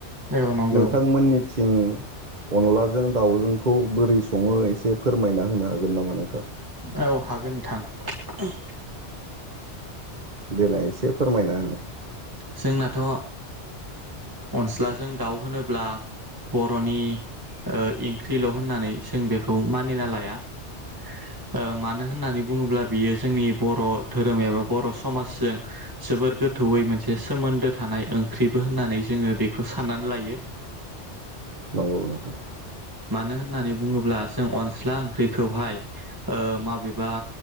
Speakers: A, on the right; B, on the right.
A: औ नंगौ
B: नोंथांमोननिथिं अनलाजों दाउजोंखौ बोरै सङो एसे फोरमायना होनो हागोन नामा नोंथां?
A: औ हागोन नोंथां ।
B: देलाइ एसे फोरमायना हो ।
A: जोंनाथ' अनस्लाजों दाउ होनोब्ला बर'नि ओ ओंख्रिल' होननानै जों बेखौ मानिना लाया । मानो होननानै बुङोब्ला बियो जोंनि बर' धोरोम एबा बर' समाजजों । जोबोर गोथौयै मोनसे सोमोन्दो थानाय ओंख्रिबो होननानै जोङो बेखौ साननानै लायो ।
B: नंगौ नोंथां
A: मानो होननानै बुङोब्ला जों अनज्ला ओंख्रिखौहाय ओ माबेबा